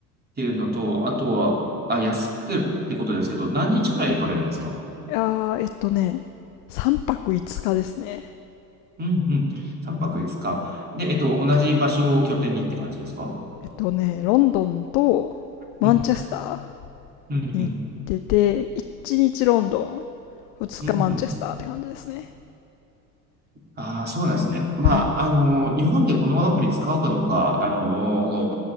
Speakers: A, on the right (about 20°); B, on the left (about 35°).
A: ていうのと、あとは、あ、安くってことですけど、何日くらい行かれるんですか
B: いやー、えっとね、3泊5日ですね。
A: うんうん。3泊5日。で、えっと、同じ場所を拠点にって感じですか
B: えっとね、ロンドンとマンチェスター
A: うん。うんうん。
B: に行ってて、1日ロンドン、2日マンチェスターって感じですね。
A: うんうん。ああ、そうなんですね。まあ、
B: はい。
A: あの、日本でこのアプリ使うかどうか、あの、